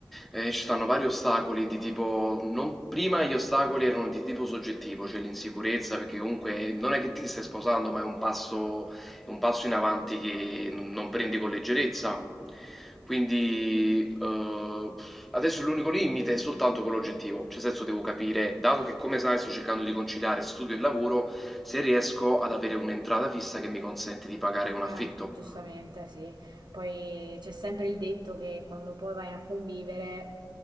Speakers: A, in the centre; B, on the right (about 90°).
A: eh, ci stanno vari ostacoli di tipo, non- prima gli ostacoli erano di tipo soggettivo, cioè l'insicurezza, perché comunque non è che ti stai sposando, ma è un passo è un passo in avanti che non prendi con leggerezza. Quindi eh, adesso l'unico limite è soltanto quello oggettivo, cioè nel senso devo capire, dato che come sai sto cercando di conciliare studio e lavoro, se riesco ad avere un'entrata fissa che mi consente di pagare un
B: Ah,
A: affitto.
B: giustamente, sì. Poi c'è sempre il detto che quando poi vai a convivere